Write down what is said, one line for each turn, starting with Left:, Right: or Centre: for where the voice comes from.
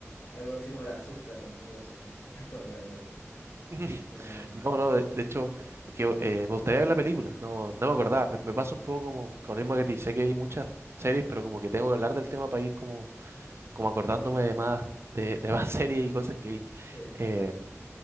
Left: Algo así como de asústalo, algo así. No sé si te acordáis de algo así.
Right: <laughs>
Left: Pero,
Right: No, no, de, de hecho, que, eh, me gustaría ver la película, no, no me acordaba, me, me pasa un poco como con el mismo que te sé que vi muchas series, pero como que tengo que hablar del tema para ir como, como acordándome
Left: por-
Right: de más, de, de más <laughs> series y cosas que vi.
Left: sí,
Right: Eh,
Left: sí,